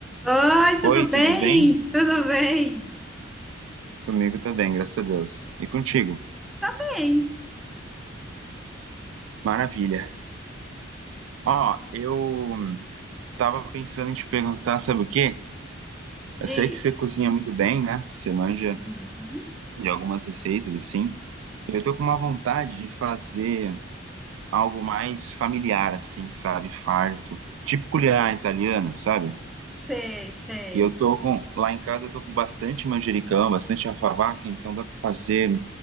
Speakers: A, in the centre; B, on the right.
A: Oi, tudo
B: Oi,
A: bem?
B: tudo bem?
A: Tudo bem?
B: Comigo tá bem, graças a Deus. E contigo?
A: Tá bem.
B: Maravilha. Ó, eu tava pensando em te perguntar, sabe o quê?
A: Diz.
B: Eu sei que você cozinha muito bem, né? Você manja
A: Uhum.
B: de algumas receitas, assim. Eu tô com uma vontade de fazer algo mais familiar, assim, sabe? Farto. Tipo culinária italiana, sabe?
A: Sei, sei.
B: E eu tô com... Lá em casa eu tô com bastante manjericão, bastante alfavaca, então dá pra fazer